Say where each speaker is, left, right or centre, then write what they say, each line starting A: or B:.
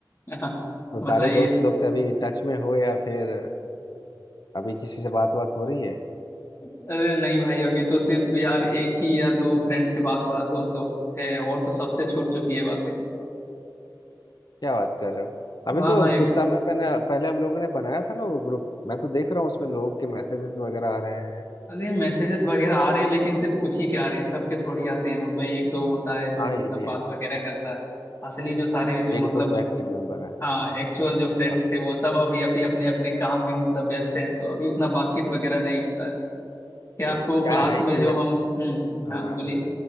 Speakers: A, on the left (about 40°); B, on the left (about 60°).
A: हाँ
B: तो
A: बताइए
B: सारे दोस्त लोग से अभी टच में हो या फिर अभी किसी से बात बात हो रही है
A: अरे नहीं भाई अभी तो सिर्फ यार एक ही या दो फ्रेंड से बात बात हो तो है और तो सबसे छूट चुकी है बातें
B: क्या बात कर रहे हो अभी
A: हाँ
B: तो
A: हाँ एकदम
B: कुछ समय पहले पहले हम लोगों ने बनाया था ना वो ग्रुप मैं तो देख रहा हूँ उसमें लोगों के मैसेजेस वगैरह आ रहे हैं
A: अरे मैसेजेस वगैरह आ रहे हैं लेकिन सिर्फ कुछ ही के आ रहे हैं सबके थोड़ी आते हैं वो तो एक दो होता है जो
B: हाँ
A: मतलब
B: ये भी
A: बात
B: है
A: वगैरह करता है असली जो सारे जो मतलब
B: एक दो तो एक्टिव मेंबर है
A: हाँ एक्चुअल जो फ्रेंड्स
B: हाँ
A: थे वो सब अभी अभी अपने अपने काम में मतलब व्यस्त हैं तो अभी उतना बातचीत वगैरह नहीं होता है क्या आपको
B: क्या
A: क्लास
B: है
A: में
B: कि
A: जो हम हम्म
B: हाँ
A: हाँ बोलिए